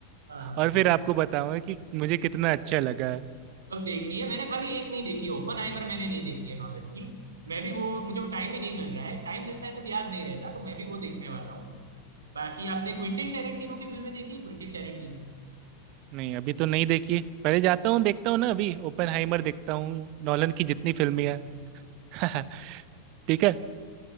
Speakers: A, on the right; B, on the right.
A: हाँ हाँ,
B: और फिर आपको बताऊंगा कि
A: हाँ।
B: मुझे कितना अच्छा लगा
A: सब देखनी है मैंने खाली एक नहीं देखी ओपन हाइमर मैंने नहीं देखी है नॉलन की मैं भी वो मुझे टाइम ही नहीं मिल रहा है टाइम मिलता है तब याद नहीं रहता तो मैं भी वो देखने वाला हूँ बाकी आपने क्विंटिन टेरेंटिनो की फिल्में देखी है क्विंटिन टेरेंटिनो
B: नहीं अभी तो नहीं देखी पहले जाता हूँ देखता हूँ ना अभी ओपेनहाइमर देखता हूँ नॉलन की जितनी
A: <laughs>
B: फिल्में
A: हाँ,
B: हैं <laughs> ठीक है